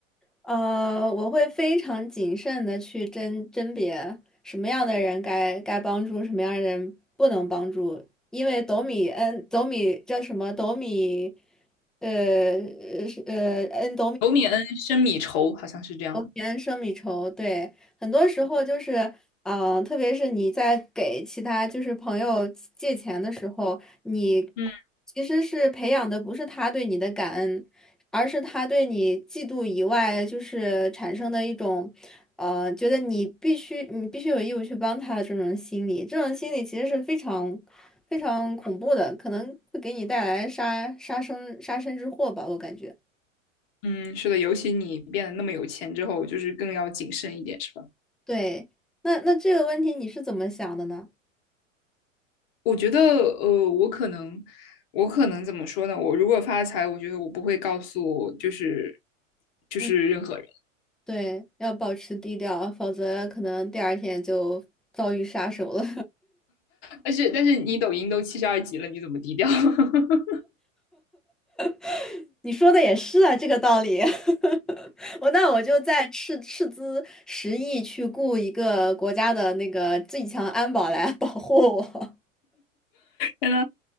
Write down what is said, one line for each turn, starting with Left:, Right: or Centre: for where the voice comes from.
Centre: 呃，我会非常谨慎的去甄甄别什么样的人该该帮助，什么样的人不能帮助，因为斗米恩斗米叫什么斗米，呃呃是呃恩
Left: 仇米恩，深米仇，好像是这样。
Centre: 平安胜米稠，对，很多时候就是，嗯、特别是你在给其他就是朋友借钱的时候，你
Left: 嗯
Centre: 其实是培养的不是他对你的感恩，而是他对你嫉妒以外，就是产生的一种，呃，觉得你必须你必须有义务去帮他的这种心理，这种心理其实是非常非常恐怖的，可能会给你带来杀杀生杀身之祸吧，我感觉。
Left: 嗯，是的，尤其你变得那么有钱之后，就是更要谨慎一点，是吧？
Centre: 对，那那这个问题你是怎么想的呢？
Left: 我觉得，呃，我可能，我可能怎么说呢？我如果发财，我觉得我不会告诉，就是就是任何人。
Centre: 嗯，对，要保持低调，否则可能第二天就遭遇杀手了。
Left: 但是但是你抖音都七十二级了，你怎么低调？<laughs>
Centre: <laughs> 你说的也是啊，这个道理。<laughs> 我那我就再斥斥资十亿去雇一个国家的那个最强安保来保护我。
Left: 真的，